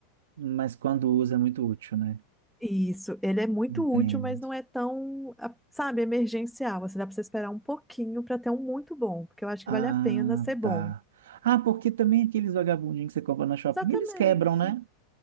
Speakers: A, on the right (about 80°); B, in the centre.
A: mas quando usa é muito útil, né?
B: Isso, ele é muito
A: Entendo.
B: útil, mas não é tão, a- sabe, emergencial. Assim, dá para você esperar um pouquinho para ter um muito bom, porque eu acho
A: Ah,
B: que vale a pena ser bom.
A: tá. Ah, porque também aqueles vagabundinhos que você compra na shopping,
B: Exatamente.
A: eles quebram, né?